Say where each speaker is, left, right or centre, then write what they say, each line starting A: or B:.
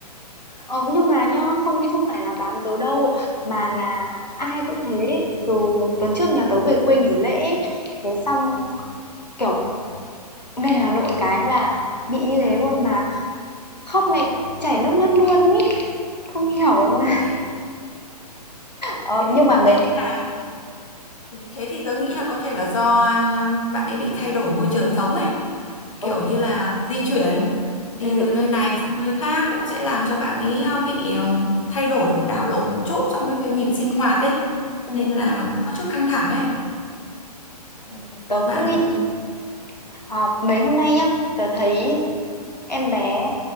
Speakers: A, on the left; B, on the left.
A: Ờ, nhưng mà nhá, không không phải là bám tớ đâu mà là ai cũng thế. Từ tuần trước nhà tớ về quê nghỉ lễ, ấy, thế xong kiểu lên Hà Nội cái là bị như thế luôn mà khóc này chảy nước mắt luôn ý, không hiểu luôn.
B: Ôi,
A: Ờ,
B: Thế thì
A: nhưng
B: tớ
A: mà mẹ
B: nghĩ là thế thì tớ nghĩ là có thể là do à, bạn ấy bị thay đổi môi trường sống ấy. kiểu
A: ừ,
B: như là di chuyển đi
A: ừ,
B: từ
A: ừ.
B: nơi này sang nơi khác cũng sẽ làm cho bạn ấy ờ, bị ờ, thay đổi đảo lộn một chút trong cái việc nhịp sinh hoạt ấy
A: Ừ,
B: nên
A: ừ,
B: là cũng có chút căng thẳng ấy
A: ừ, tớ
B: bạn
A: cũng nghĩ thế à, mấy hôm nay nhá tớ thấy em bé